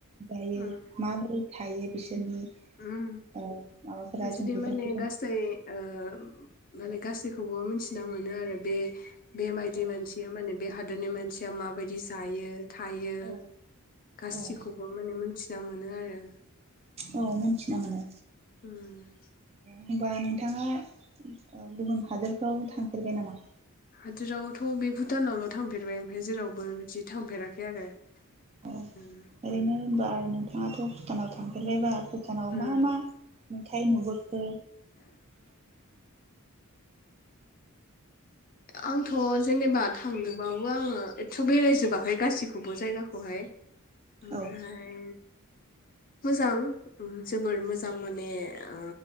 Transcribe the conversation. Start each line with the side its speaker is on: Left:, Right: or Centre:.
Right: जायो
Left: उम
Right: माबोरै थायो। बिसोरनि
Left: उम
Right: ओ माबाफोरा
Left: बिसनि
Right: जों बेफोरखौ
Left: माने गासै ओ
Right: जों
Left: माने गासैखौ खौबो मिथिना मोनो आरो बे बेबायायदि
Right: औ
Left: मानसिया माने बे हादरनि मानसिया माबायदि जायो। थायो
Right: औ
Left: गासिखौबो
Right: औ
Left: माने मोनथि। मोजां मोनो आरो।
Right: औ मोनथिना
Left: उम
Right: मोनो।
Left: उम
Right: होनबा नोंथाङा औ गुबुन हादोरफ्राव थांफेरबाय नामा?
Left: हादोरावथ' बे भुटानावल' थांफेरबाय ओमफाय जेरावबो बिदि थांफेराखै आरो।
Right: अ
Left: उम
Right: ओरैनो
Left: उम
Right: बाय बिथाङाथ' भुटानाव थांफेरबायबा भुटानाव
Left: उम
Right: मा मा नुथायाइ नुबोखो?
Left: आंथ' जेनेबा थांदोंबाबो आङो एथ' बेरायजोबाखै गासिखौबो जायगाखौहाय। ओमफ्राय
Right: औ
Left: मोजां उम जोबोर मोजां माने ओ